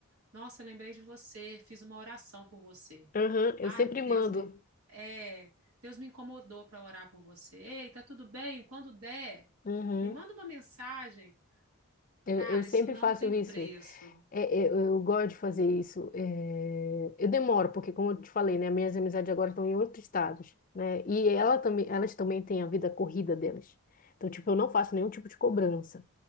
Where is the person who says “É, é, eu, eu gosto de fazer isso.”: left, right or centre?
Left